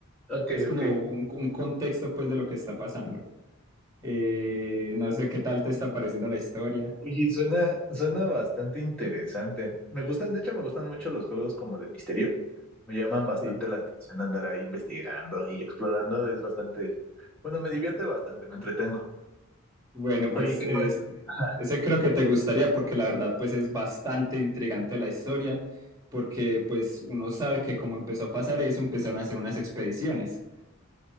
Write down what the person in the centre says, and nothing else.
Ok,
ok.
Oye, suena, suena bastante interesante. Me gustan, de hecho, me gustan mucho los juegos como de misterio. Me llaman bastante
la atención andar ahí investigando y explorando. Es bastante, bueno, me divierte bastante, me entretengo.
Oye, ¿qué
más? Ajá.